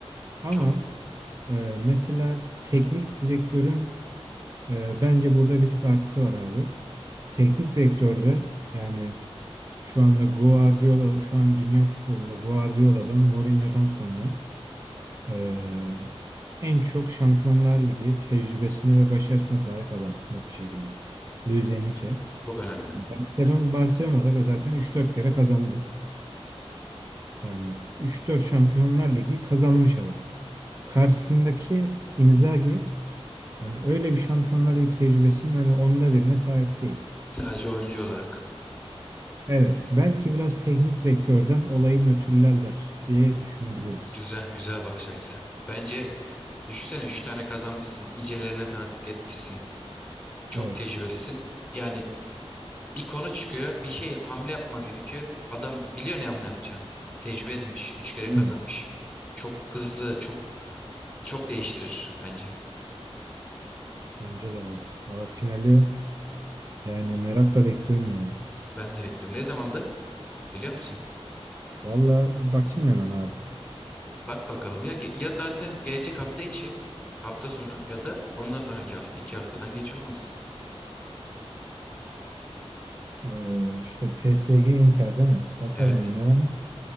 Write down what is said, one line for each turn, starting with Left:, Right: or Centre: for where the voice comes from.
Right: Ama
Centre: Çok.
Right: e, mesela teknik direktörün e, bence burada bir tık artısı var abi. Teknik direktörde yani Şu anda Guardiola, şu an dünya futbolunda Guardiola'dan, Mourinho'dan sonra eee, en çok Şampiyonlar Ligi tecrübesine ve başarısına sahip adam net bir şekilde. Luis Enrique.
Centre: Çok önemli.
Right: Barcelona, Barcelona'da da zaten üç dört kere kazandı. Yani üç dört Şampiyonlar Ligi kazanmış adam. Karşısındaki Inzaghi hani öyle bir Şampiyonlar Ligi tecrübesinin hani onda birine sahip değil.
Centre: Sadece oyuncu olarak.
Right: Evet, belki biraz teknik direktörden olayı nötrlerler diye düşünebiliriz.
Centre: Güzel, güzel bakış açısı. Bence düşünsene 3 tane kazanmışsın. Nicelerine tanıklık etmişsin. Çok
Right: Evet.
Centre: tecrübelisin. Yani bir konu çıkıyor. Bir şey hamle yapman gerekiyor. Adam biliyor ne hamle yapacağını. Tecrübe edinmiş. 3 kere
Right: Aynen.
Centre: kazanmış. Çok hızlı, çok çok değiştirir bence.
Right: Bence de abi. Valla finali yani merakla bekliyorum ya.
Centre: Ben de bekliyorum. Ne zamandı? Biliyor musun?
Right: Valla bir bakayım hemen abi.
Centre: Bak bakalım ya ge- ya zaten gelecek hafta içi hafta sonu ya da ondan sonraki hafta iki haftadan geç olmaz.
Right: Ee, işte PSG Inter değil mi? Bakalım
Centre: Evet.
Right: hemen.